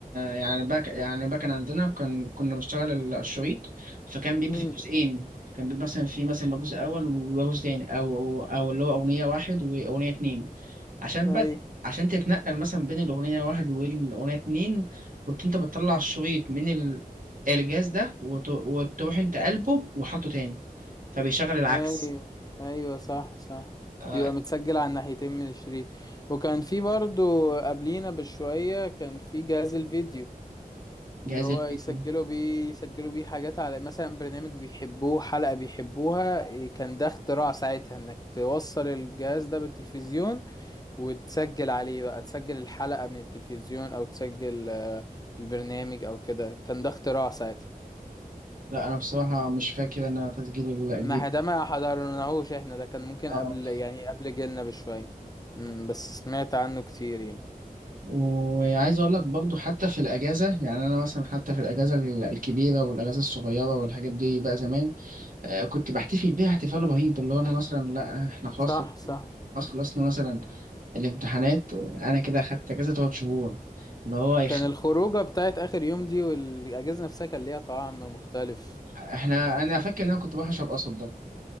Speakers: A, on the right (about 65°); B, on the left (about 25°).
A: يعني باك يعني باك أنا عندنا كان كنا بنشتغل ال- الشريط فكان بيبقى
B: امم
A: في جزئين كان بيبقى مثلا في مثلا جزء اول وجزء تاني او او اللي هو اغنيه واحد واغنيه اتنين عشان
B: ايوه
A: بقى عشان تتنقل مثلا بين الاغنيه واحد والاغنيه اتنين كنت انت بتطلع الشريط من ال- الجهاز ده وت- وتروح انت قلبه وحطه تاني فبيشغل العكس
B: ايوه ايوه صح صح
A: آه،
B: بيبقى متسجل على الناحيتين من الشريط وكان في برضو قبلينا بشوية كان في جهاز الفيديو اللي
A: جهاز
B: هو
A: الفيديو.
B: يسجلوا بيه يسجلوا بيه حاجات على مثلا برنامج بيحبوه حلقة بيحبوها إيه، كان ده اختراع ساعتها انك توصل الجهاز ده بالتلفزيون وتسجل عليه بقى تسجل الحلقة من التلفزيون أو تسجل آه، البرنامج أو كده كان ده اختراع ساعتها
A: لا انا بصراحه مش فاكر انا تسجيل الجديد
B: ما ده ما حضرناهوش احنا ده كان ممكن
A: اه
B: قبل يعني قبل جيلنا بشوية مم، بس سمعت عنه كتير يعني
A: وعايز اقول لك برضو حتى في الاجازه يعني انا مثلا حتى في الاجازه ال- الكبيره والاجازه الصغيره والحاجات دي بقى زمان آه، كنت بحتفل بيها احتفال رهيب اللي هو انا مثلا لا احنا خلاص
B: صح
A: خل-
B: صح
A: خلاص خلصنا مثلا الامتحانات آه، انا كده اخدت اجازه تلات شهور اللي هو يخ...
B: كان الخروجة بتاعت آخر يوم دي والأجهزة نفسها كان ليها طعم مختلف
A: احنا انا فاكر ان انا كنت بحشر قصب ده